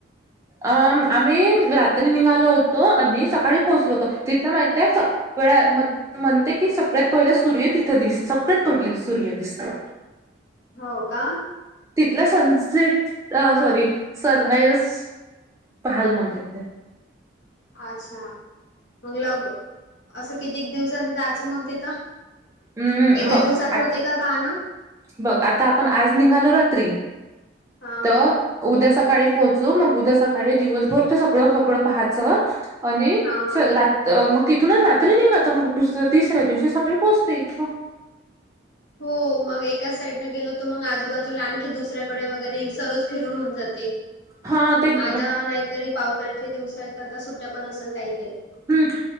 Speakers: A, on the right; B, on the left.
A: अ आम्ही रात्री निघालो होतो, आणि सकाळी पोहोचलो होतो. तिथं माहितेय स कळा मद म्हणते की, सगळ्यात पहिलं सूर्य तिथं दिस, सगळ्यात पहिलं सूर्य दिसतो.
B: हो, का?
A: तिथल सनसेट सॉरी सनराइजच पाहायला मज्जा येते.
B: आच्छा. मग <unintelligible> असं कितीक दिवसाचं जायचं मग तिथं?
A: हम्म
B: एका
A: बघ
B: दिवसात
A: आता
B: होतंय का पाहणं?
A: बघ आता आपण निघालो आज रात्री
B: हा हा
A: तर उद्या सकाळी पोहोचू. मग उद्या सकाळी दिवसभर, ते सगळं- सगळं पाहायचं. अणि
B: हा हा
A: सं रात तं मग तिथूनच रात्री निघायचं, मग दुसऱ्या-तिसऱ्या दिवशी सकाळी पोहोचतं इथं.
B: हो मग एका साईडनं गेलो तं मग, आजूबाजूला आणखी दुसऱ्या कपडे वगैरे सर्वच फिरून होऊन जाते.
A: हा ते
B: आता नाहीतरी पावसाळ्याच्या दिवसात आता सुट्ट्या पण असंल काही- काही
A: हम